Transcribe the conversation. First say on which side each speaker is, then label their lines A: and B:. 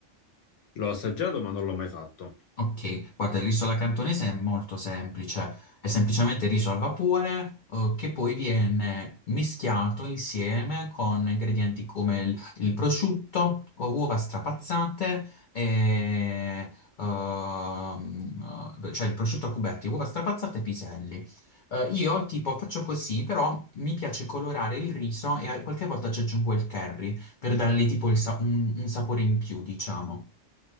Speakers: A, on the left (about 75°); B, on the left (about 60°).
A: L'ho assaggiato, ma non l'ho mai fatto.
B: Ok, guarda, l'isola cantonese è molto semplice, è semplicemente riso al vapore, eh, che poi viene mischiato insieme con ingredienti come il, il prosciutto, o uova strapazzate e, ehm, eh, cioè il prosciutto a cubetti, uova strapazzate e piselli. Eh, io tipo faccio così, però mi piace colorare il riso e a- qualche volta ci aggiungo il curry per dargli tipo il sa- un un sapore in più, diciamo